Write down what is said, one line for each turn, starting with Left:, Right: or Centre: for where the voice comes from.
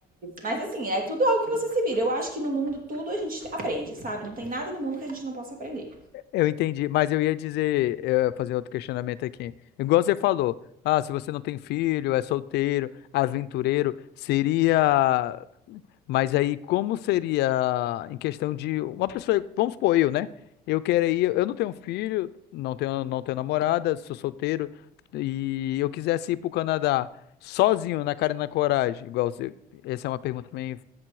Right: Mas assim, é tudo algo que você se vira. Eu acho que no mundo tudo a gente aprende, sabe? Não tem nada no mundo que a gente não possa aprender.
Left: Eu entendi, mas eu ia dizer, eh, fazer outro questionamento aqui. Igual você falou, ah, se você não tem filho, é solteiro, aventureiro, seria. Mas aí, como seria em questão de uma pessoa, vamos supor eu, né? Eu queria, eu não tenho um filho, não tenho, não tenho namorada, sou solteiro, e eu quisesse ir pro Canadá sozinho, na cara e na coragem, igual você, essa é uma pergunta bem,